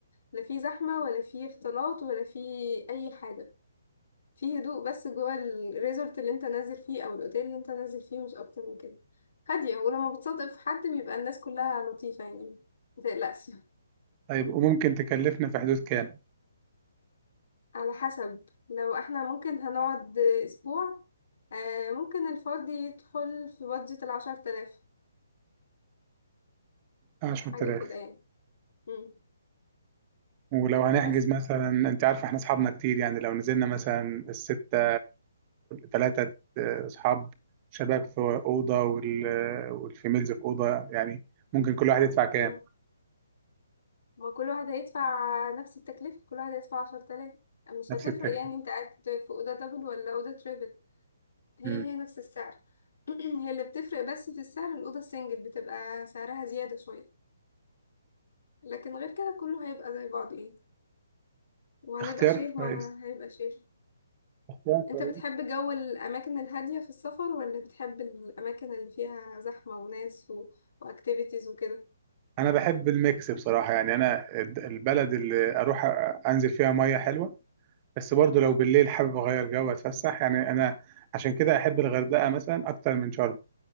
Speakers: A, on the left; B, on the right.
A: لا في زحمه ولا في اختلاط ولا في اي حاجه في هدوء بس جوه الريزورت اللي انت نازل فيه او الاوتيل اللي انت نازل فيه مش اكتر من كده هاديه ولما بتصادق في حد بيبقى الناس كلها لطيفه يعني متقلقش
B: طيب وممكن تكلفنا في حدود كام؟
A: على حسب لو احنا ممكن هنقعد اسبوع آه، ممكن الفرد يدخل في بادجت العشر تلاف
B: 10000
A: حاجة كده يعني مم.
B: ولو هنحجز
A: بس
B: مثلا أنت عارفة إحنا أصحابنا كتير يعني لو نزلنا مثلا الستة ثلاثة أصحاب شباب في أوضة وال- والفيميلز في أوضة يعني ممكن كل واحد يدفع كام
A: مم. ما كل واحد هيدفع نفس التكلفة كل واحد هيدفع عشرة آلاف مش
B: نفس
A: هتفرق
B: التكلفة
A: يعني انت قاعد في أوضة دبل ولا أوضة تريبل هي
B: مم.
A: هي نفس السعر <clears throat> هي اللي بتفرق بس في السعر الأوضة السنجل بتبقى سعرها زيادة شوية لكن غير كده كله هيبقى زي بعض يعني وهنبقى
B: اختيار
A: شير ما
B: كويس
A: هيبقى شير
B: اختيار
A: انت
B: كويس
A: بتحب جو الأماكن الهادية في السفر ولا بتحب الأماكن اللي فيها زحمة وناس و... وأكتيفيتيز وكده
B: أنا بحب الميكس بصراحة يعني أنا الد- البلد اللي أروح أ- أنزل فيها مية حلوة بس برضو
A: مم.
B: لو بالليل حابب أغير جو أتفسح يعني أنا عشان كده أحب الغردقة مثلا أكتر من شرم